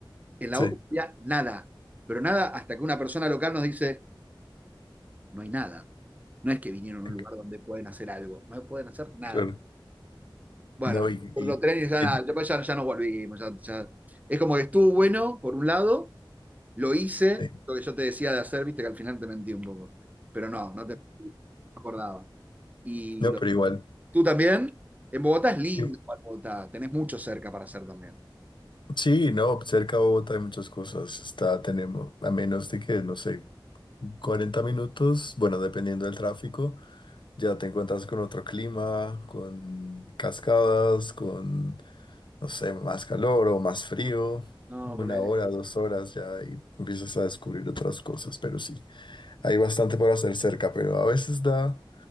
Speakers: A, on the right (about 20°); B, on the left (about 65°).
A: En la
B: Sí,
A: otra había nada, pero nada hasta que una persona local nos dice, no hay nada No es que vinieron a
B: eh,
A: un lugar donde pueden hacer algo, no pueden hacer nada.
B: claro.
A: Bueno,
B: No, y,
A: otro
B: y-
A: tren y ya, nada,
B: y-
A: ya, pues ya ya nos volvimos. ya- ya. Es como que estuvo bueno, por un lado, lo hice,
B: sí.
A: lo que yo te decía de hacer, viste que al final te mentí un poco. Pero no, no te no acordaba. Y
B: No,
A: lo-
B: pero igual.
A: tú también, en Bogotá es lindo,
B: y-
A: igual Bogotá, tenés mucho cerca para hacer también.
B: Sí, no, cerca de Bogotá hay muchas cosas. Está, tenemos, a menos de que, no sé, 40 minutos, bueno, dependiendo del tráfico, ya te encuentras con otro clima, con cascadas, con no sé, más calor o más frío,
A: No,
B: una
A: por eso.
B: hora, dos horas ya y empiezas a descubrir otras cosas, pero sí, hay bastante por hacer cerca, pero a veces da,